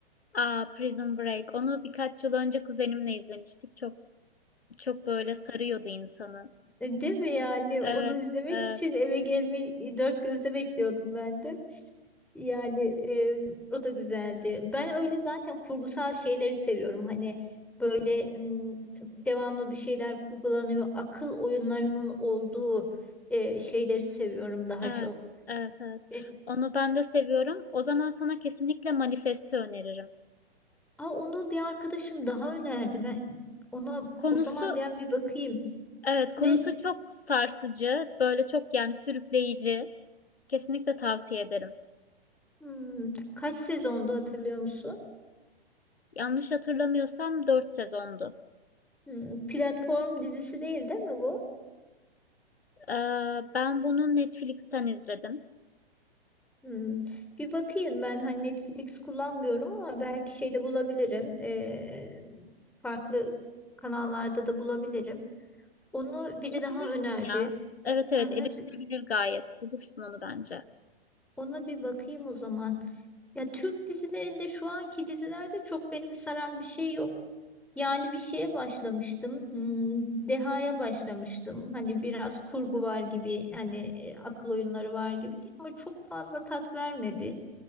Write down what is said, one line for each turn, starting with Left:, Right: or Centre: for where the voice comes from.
Left: Aa, Prison Break. Onu birkaç yıl önce kuzenimle izlemiştik. Çok çok böyle sarıyordu insanı.
Centre: E, Değil mi yani?
Left: Evet,
Centre: Onu izlemek
Left: evet,
Centre: için eve gelmeyi dört gözle bekliyordum ben de. Yani e, o da güzeldi. Ben öyle zaten kurgusal şeyleri seviyorum. Hani böyle m, devamlı bir şeyler kurgulanıyor. Akıl oyunlarının olduğu e, şeyleri seviyorum daha
Left: evet,
Centre: çok.
Left: evet, evet.
Centre: E,
Left: Onu ben de seviyorum. O zaman sana kesinlikle Manifest'i öneririm.
Centre: Aa, onu bir arkadaşım daha önerdi. Ben ona
Left: Konusu,
Centre: o zaman ben bir bakayım.
Left: evet, konusu
Centre: Ne
Left: çok sarsıcı, böyle çok yani sürükleyici. Kesinlikle tavsiye ederim.
Centre: hmm, kaç sezondu hatırlıyor musun?
Left: Yanlış hatırlamıyorsam 4 sezondu.
Centre: Hmm, platform dizisi değil değil mi bu?
Left: Ee, ben bunu Netflix'ten izledim.
Centre: Hmm, bir bakayım ben hani Netflix kullanmıyorum ama belki şeyde bulabilirim. Ee, farklı kanallarda da bulabilirim. Onu biri
Left: Bulabilirsin
Centre: daha önerdi.
Left: ya. Evet evet
Centre: Aha,
Left: erişilebilir
Centre: z-
Left: gayet. Bulursun onu bence.
Centre: ona bir bakayım o zaman. Ya Türk dizilerinde şu anki dizilerde çok beni saran bir şey yok. Yani bir şeye başlamıştım. hmm, Deha'ya başlamıştım. Hani biraz kurgu
Left: Hı.
Centre: var gibi, hani e, akıl oyunları var gibi değil ama çok fazla tat vermedi.